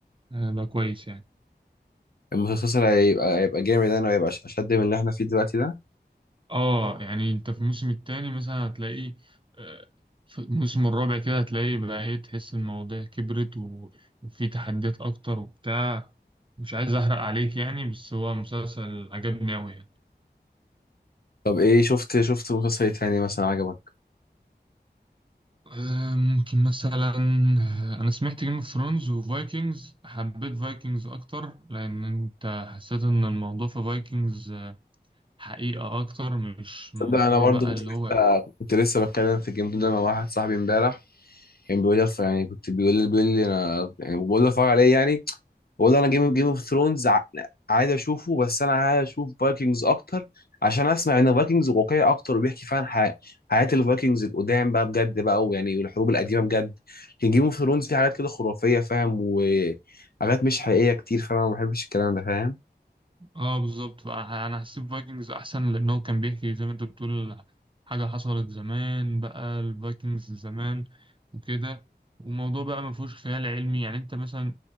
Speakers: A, on the right; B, on the left.
A: هيبقى كويس يعني
B: المسلسل هيبقى هيبقى جامد انا وهيبقى أش- اشد من اللي احنا فيه دلوقتي ده
A: اه يعني انت في الموسم التاني مثلا هتلاقي آه، في الموسم الرابع كده هتلاقي بقى ايه تحس المواضيع كبرت و... وفي تحديات اكتر وبتاع مش عايز احرق عليك يعني بس هو مسلسل عجبني اوي يعني
B: طب ايه شفت شفت مسلسل إيه تاني مثلا عجبك
A: آه، ممكن مثلا آه، انا سمعت جيم اوف ثرونز وفايكنجز حبيت فايكنجز اكتر لان انت حسيت ان الموضوع في فايكنجز حقيقة أكتر مش
B: تصدق
A: موضوع
B: انا برضو
A: بقى اللي
B: كنت لسه
A: هو
B: كنت لسه بتكلم في الجيم ده مع واحد صاحبي امبارح كان بيقول لي يعني كنت بيقول لي بيقول لي انا يعني بقول له اتفرج عليه يعني بقول له انا جيم جيم اوف ثرونز عايز اشوفه بس انا عايز اشوف فايكنجز اكتر عشان اسمع ان فايكنجز واقعي اكتر وبيحكي فعلا ح- حياه الفايكنجز القدام بقى بجد بقى ويعني والحروب القديمه بجد لكن جيم اوف ثرونز فيه حاجات كده خرافيه فاهم وحاجات مش حقيقيه كتير فانا ما بحبش الكلام ده فاهم
A: آه بالظبط بقى أنا هسيب فايكنجز أحسن لأن هو كان بيحكي زي ما أنت بتقول حاجة حصلت زمان بقى الفايكنجز زمان وكده والموضوع بقى ما فيهوش خيال علمي يعني أنت مثلا